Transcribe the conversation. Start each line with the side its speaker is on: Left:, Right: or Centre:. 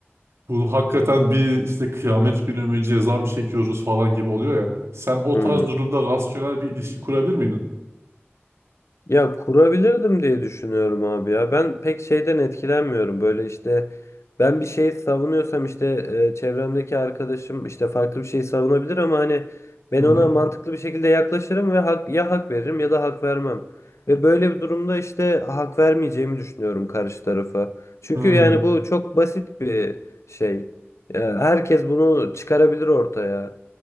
Right: Bu hakikaten bir işte kıyamet günü mü ceza mı çekiyoruz falan gibi oluyor ya. Sen o
Left: hı.
Right: tarz durumda rasyonel bir ilişki kurabilir miydin?
Left: Ya kurabilirdim diye düşünüyorum abi ya. Ben pek şeyden etkilenmiyorum. Böyle işte ben bir şey savunuyorsam işte e, çevremdeki arkadaşım işte farklı bir şey savunabilir ama hani ben
Right: Hı hı.
Left: ona mantıklı bir şekilde yaklaşırım ve hak, ya hak veririm ya da hak vermem. Ve böyle bir durumda işte hak vermeyeceğimi düşünüyorum karşı tarafa. Çünkü
Right: Hı,
Left: yani bu çok basit bir şey. Ya herkes bunu çıkarabilir ortaya.